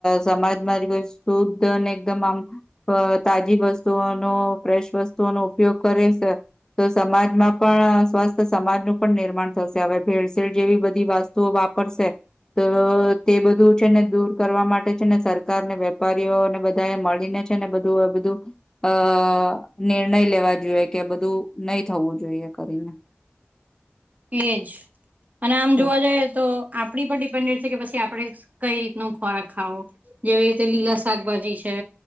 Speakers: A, on the left; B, on the right.
A: સમાજમાં જે કોઈ શુદ્ધ અને એકદમ આમ અ તાજી વસ્તુઓનો ફ્રેશ વસ્તુઓનો ઉપયોગ કરે છે. તો સમાજમાં પણ સ્વસ્થ સમાજનું પણ નિર્માણ થશે હવે ભેળસેળ જેવી બધી વસ્તુઓ વાપરશે તો તે બધું છે, ને દૂર કરવા માટે છે, ને સરકારને વેપારીઓને બધાએ મળીને જ ને બધું અ બ ધુ અ નિર્ણય લેવા જોઈએ કે બધું નહી થવું જોઈએ કરીને
B: એજ અને આમ
A: તો
B: જોવા જઈએ તો આપણી પર ડિપેન્ડે છે, કે પછી આપડે કઈ રીત ન ખોરાક ખાવો જેવી રીતે લીલા શાકભાજી છે,